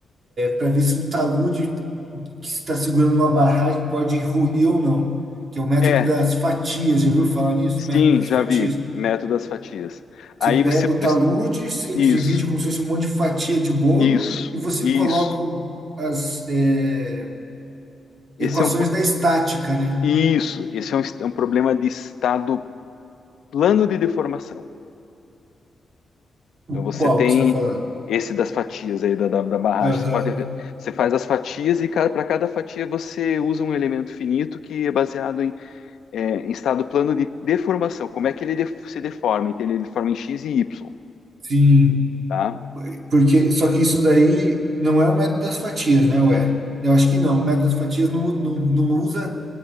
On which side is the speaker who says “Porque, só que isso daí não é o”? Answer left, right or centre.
Right